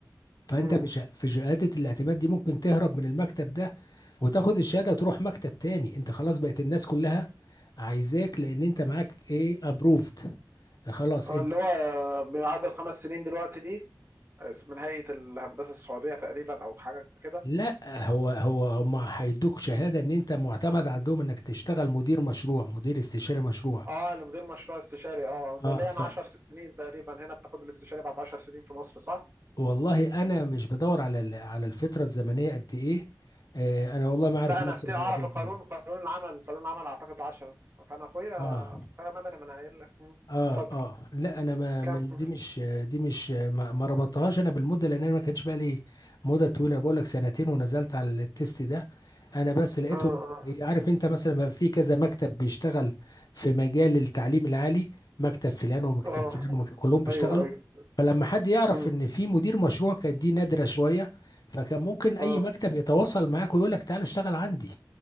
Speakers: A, on the left; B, on the right.
A: فانت
B: مم.
A: بش... في شهاده الاعتماد دي ممكن تهرب من المكتب ده وتاخد الشهاده وتروح مكتب تاني انت خلاص بقت الناس كلها عايزاك لان انت معاك ايه ابروفد خلاص
B: آه،
A: انت
B: اللي هو بيعادل خمس سنين دلوقتي دي آه، من هيئة الهندسة السعودية تقريبا أو حاجة كده
A: لا هو هو هم هيدوك شهاده ان انت معتمد عندهم انك تشتغل مدير مشروع مدير استشاري مشروع
B: اه لمدير مشروع استشاري اه زي
A: اه
B: اللي
A: ف
B: انا 10 سنين تقريبا هنا بتاخد الاستشاري بعد 10 سنين في مصر صح؟
A: والله انا مش بدور على ال- على الفتره الزمنيه قد ايه آه انا والله ما عارف
B: لا
A: مصر
B: انا افتي
A: بيقعدوا
B: اعرف القانون
A: قد ايه
B: قانون العمل قانون العمل اعتقد 10 كان اخويا
A: اه
B: اخويا مدني ما انا قايل لك مم.
A: اه
B: اتفضل
A: اه لا انا ما
B: كمل
A: ما- دي مش دي مش ما, ما ربطتهاش انا بالمده لان انا ما كانش بقى لي مده طويله بقول لك سنتين ونزلت على التيست ده انا بس لقيتهم
B: اه اه
A: عارف انت مثلا ما في كذا مكتب بيشتغل في مجال التعليم العالي مكتب فلان ومكتب
B: اه
A: فلان ومكتب كلهم بيشتغلوا
B: ايوه ايوه
A: فلما حد يعرف
B: مم.
A: ان في مدير مشروع كانت دي نادره شويه فكان ممكن اي
B: اه
A: مكتب يتواصل معاك ويقول لك تعالى اشتغل عندي